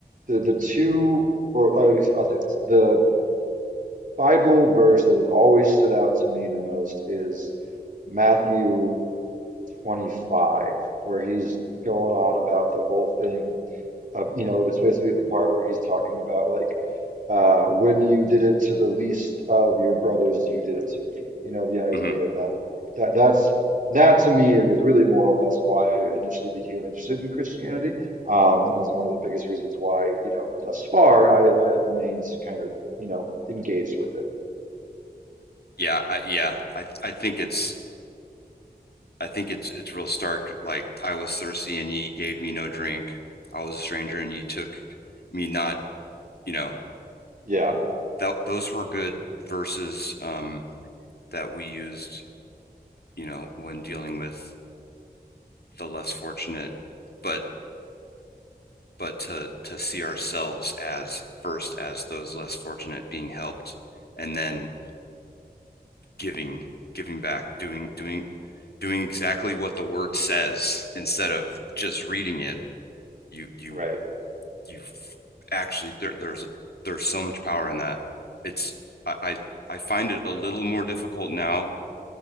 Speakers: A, on the right; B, on the left.
A: the the two or uh, I'll say this the Bible verse that has always stood out to me the most is Matthew 25, where he's going on about the whole thing uh, you know, it's basically the part where he's talking about like, uh, when you did it to the least of your brothers, you did it to me. You know, the idea
B: hmm
A: that like that that's that to me is really more or less why I initially became interested in Christianity, um, and is one of the biggest reasons why, you know, thus far I I have remained kind of, you know, engaged with it.
B: Yeah, I, yeah. I I think it's I think it's it's real stark. Like I was thirsty and ye gave me no drink. I was a stranger and ye took me not. You know
A: Yeah,
B: that those were good verses um, that we used. You know when dealing with the less fortunate, but but to to see ourselves as first as those less fortunate being helped, and then giving giving back doing doing doing exactly what the word says instead of just reading it you you
A: right.
B: you actually there, there's a, there's so much power in that it's I, I i find it a little more difficult now